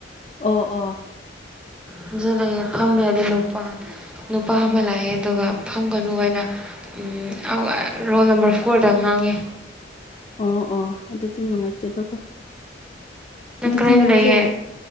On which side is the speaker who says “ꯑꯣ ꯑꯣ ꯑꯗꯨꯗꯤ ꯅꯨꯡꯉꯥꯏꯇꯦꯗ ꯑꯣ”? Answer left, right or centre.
Left